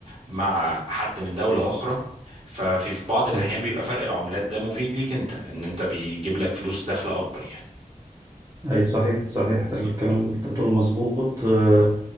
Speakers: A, on the right; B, on the right.
A: مع حد من دولة اخرى ففي في بعض الاحيان
B: اي
A: بيبقى فرق العملات ده مفيد ليك انت ان انت بيجيب لك فلوس دخل اكبر يعني
B: اي صحيح صحيح
A: بالظبط
B: الكلام اللي انت بتقوله مظبوط آه،